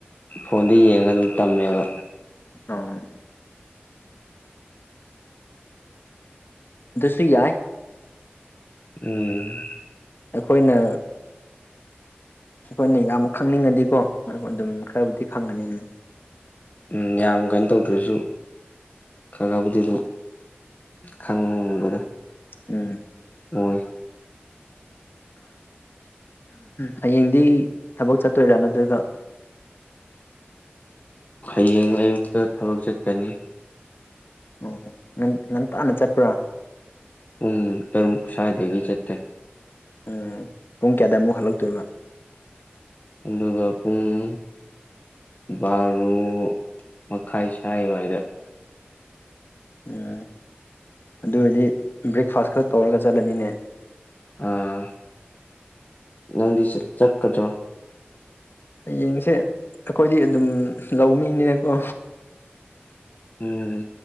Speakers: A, on the left; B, on the left.
A: ꯐꯣꯟꯗ ꯌꯦꯡꯉꯒ ꯑꯗꯨꯝ ꯇꯝꯃꯦꯕ
B: ꯑꯣ ꯇꯤ ꯌꯥꯏ
A: ꯎꯝ
B: ꯑꯈꯣꯏꯅ ꯑꯈꯣꯏꯅ ꯌꯥꯝ ꯈꯪꯅꯤꯡꯉꯗꯤꯀꯣ ꯍꯣꯏ ꯍꯣꯏ ꯑꯗꯨꯝ ꯈꯔꯕꯨꯗꯤ ꯈꯪꯒꯅꯤ ꯗꯨꯝ
A: ꯎꯝ ꯌꯥꯝ ꯀꯩꯅꯣ ꯇꯧꯗ꯭ꯔꯖꯨ ꯈꯥ ꯈꯥꯕꯨꯗꯤ ꯑꯗꯨꯝ ꯈꯪꯕꯗ
B: ꯎꯝ
A: ꯑꯣꯏ
B: ꯍꯌꯦꯡꯗꯤ ꯊꯕꯛ ꯆꯠꯇꯣꯏꯔꯥ ꯅꯠꯇ꯭ꯔꯒ
A: <inaudible> ꯍꯌꯦꯡ ꯑꯌꯨꯛꯇ ꯊꯕꯛ ꯆꯠꯀꯅꯤ
B: ꯑꯣ ꯅꯪ ꯉꯟꯇꯥꯅ ꯆꯠꯄ꯭ꯔꯥ
A: ꯄꯨꯡ ꯇꯔꯨꯛ ꯁ꯭ꯋꯥꯏꯗꯒꯤ ꯆꯠꯇꯣꯏꯅ
B: ꯎꯝ ꯄꯨꯡ ꯀꯌꯥꯗ ꯑꯃꯨꯛ ꯍꯜꯂꯛꯇꯣꯏꯕ
A: ꯑꯗꯨꯒ ꯄꯨꯡ ꯕꯥꯔꯣ ꯃꯈꯥꯏ ꯁꯥꯏꯋꯥꯏꯗ
B: ꯎꯝ ꯑꯗꯨ ꯑꯣꯏꯔꯗꯤ ꯕ꯭ꯔꯦꯛꯐꯥꯁ ꯈꯛ ꯇꯧꯔꯒ ꯆꯠꯂꯅꯤꯅꯦ
A: ꯑꯥ ꯅꯪꯗꯤ ꯆꯠꯀꯗ꯭ꯔꯣ
B: ꯌꯦꯡꯁꯦ ꯑꯈꯣꯏꯗꯤ ꯑꯗꯨꯝ ꯂꯧꯃꯤꯅꯤꯅꯀꯣ
A: ꯎꯝ